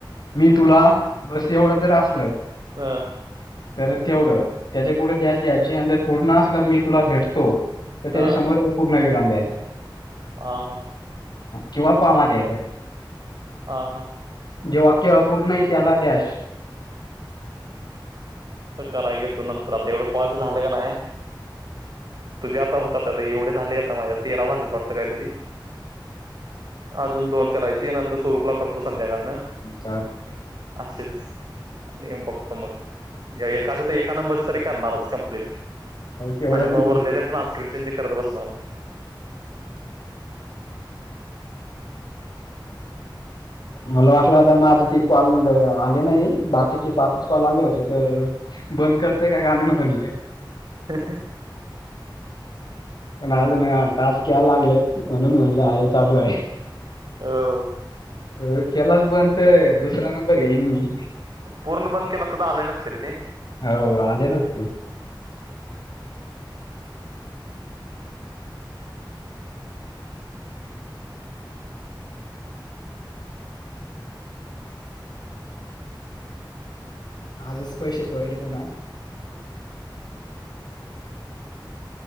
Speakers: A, on the left; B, on the right.
A: मी तुला बस एवढं जर असलं
B: हां.
A: तर तेवढं त्याच्या पुुढं डॅश द्यायची, आणि जर पूर्ण असलं मी तुला भेटतो तर
B: हा
A: त्याच्या समोर पूर्ण विराम द्यायचा.
B: आ हां.
A: किंवा कॉमा द्यायचा असा.
B: आ हां.
A: जे वाक्य अपूर्ण आहे त्याला डॅश
B: तर कराय घेतो नंतर आता एवढं कॉलचं झालं का नाही तुझे आता होतात आता एवढे झाले आता माझ्या तेरा झालेत वाटतं काहितरी अजून दोन करायची नंतर स्वरूपला करत तो संध्याकाळनं
A: चालते
B: असेच नियम बघतो मग एकाच तर एका नंबरच तरी करणारच कम्प्लीट
A: तेवढंच
B: आणि मग
A: येतं.
B: उरले ट्रान्स्क्रिप्शनचे करत बसणार
A: मला वाटलं आता माझी ते कॉल आले नाही बाकी चे पाचच कॉल आले होते तर बंद करतंय का काय मग म्हणलं
B: हं हं हं
A: पण अजून टास्क यायला लागलेत म्हणून म्हणलं आहे चालू आहे
B: हो
A: अ केलाच बंद तर दुसरा नंबर घेईन मी
B: पूर्ण बंद केला असता तर आले नसते रे ते
A: हो आले नसते आजच पैसे पडले पुन्हा